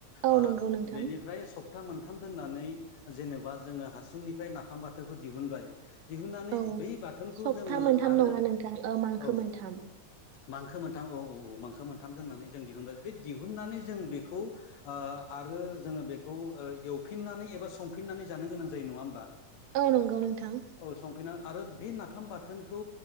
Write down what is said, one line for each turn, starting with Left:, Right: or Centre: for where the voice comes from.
Right: औ
Left: ओ
Right: नंगौ नोंथां
Left: बेनिफ्राय सप्ता मोनथाम दोननानै जेनेबा जोङो हासुंनिफ्राय नाफाम बाथोखौ दिहुनबाय दिहुननानै
Right: औ
Left: बे बाथोनखौ
Right: सप्ता
Left: जोङो
Right: मोनथाम
Left: आरो
Right: नङा नोंथां ओ मांखो
Left: औ
Right: मोनथाम
Left: मांखो मोनथाम औ औ औ मांखो मोनथाम दोननानै जों दिहुनबाय बे दिहुननानै जों बेखौ ओ आरो जोङो बेखौ ओ एवफिननानै एबा संफिननानै जानो गोनां जायो नङा होमबा
Right: औ नंगौ नोंथां
Left: औ संफिना आरो बे नाफाम बाथोनखौ